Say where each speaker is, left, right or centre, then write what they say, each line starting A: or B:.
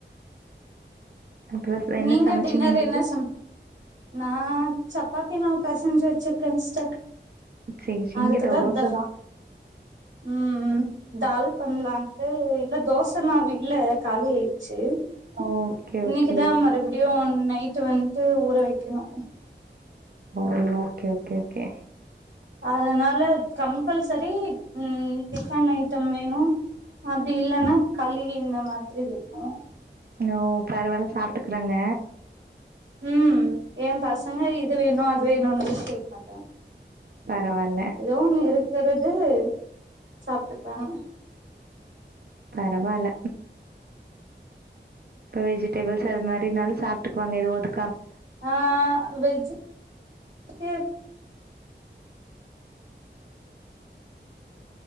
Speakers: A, on the right (about 55°); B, on the right (about 80°).
A: அப்புறோ என்ன
B: நீங்க
A: சமச்சீங்க
B: டின்னர்
A: இன்னைக்கு
B: என்ன சம் நா சப்பாத்தி மாவ் பெசஞ்சு வெச்சிர்க்கே ஸ்டர்
A: சேரி சேரி இங்க
B: அதுக்குதா
A: தோசதா
B: த உம் ம் தால் பண்லான்ட்டு இல்ல தோசமாவ் இல்ல காலி ஆய்ச்சு
A: ஓகே
B: இன்னிக்கிதா
A: ஓகே
B: மறுப்டியு நை நைட்டு வன்ட்டு ஊற வெக்ணு
A: ஓ ஓகே ஓகே ஓகே
B: அதனால கம்பல்சரி உம் டிஃபன் ஐட்டம் வேணு அப்டி இல்லன்னா களி இந்த மாதிரி வேணு
A: ஓ பரவால சாப்ட்டுக்குறாங்க
B: உம் ஏ கஸ் ங்க இது வேணு அது வேணும்ன்றத கேக் மாட்டே
A: பரவால்ல
B: இதோ உன்னு இருக்கற ஏ சாப்ட்டுப்பாங்க
A: பரவால்ல பேஜ் <unintelligible> அது மாதி இருந்தாலு சாப்டுப் வாங்க ஏது ஓது
B: ஆஹ் வெஜ் சே